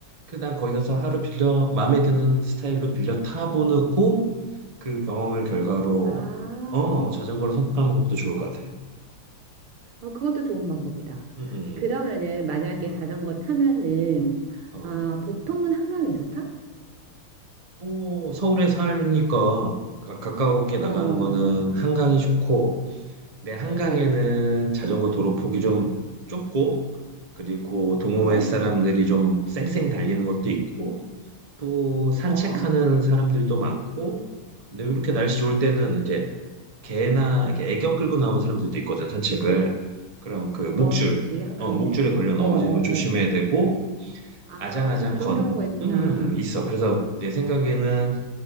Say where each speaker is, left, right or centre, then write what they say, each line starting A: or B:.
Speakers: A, on the right; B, on the right.
A: 그 난 거기 가서 하루 빌려 마음에 드는 스타일로 빌려 타보고 그 경험을 결과로
B: 아,
A: 어 자전거를 선택하는 것도 좋을 것 같아.
B: 어, 그것도 좋은 방법이다.
A: 응, 응,
B: 그러면은 만약에
A: 응.
B: 자전거 타면은
A: 어, 어.
B: 아, 보통은 한강에서 타?
A: 뭐, 서울에 살니까 가, 가깝게 나가는
B: 어, 어,
A: 거는 한강이 좋고, 내 한강에는
B: 어,
A: 자전거 도로 폭이 좀 좁고, 그리고 동호회
B: 어,
A: 사람들이 좀 쌩쌩 달리는 것도 있고, 또 산책하는
B: 어, 어,
A: 사람들도 많고, 근데 이렇게 날씨 좋을 때는 이제 개나 이렇게 애견 끌고 나온 사람들도 있거든, 산책을. 그럼 그 목줄,
B: 어, 그치, 한강에는.
A: 어, 목줄에 걸려 넘어지는
B: 어, 어,
A: 거 조심해야
B: 어.
A: 되고,
B: 아,
A: 아장아장
B: 그런
A: 건,
B: 경우가 있구나.
A: 음, 있어. 그래서 내 생각에는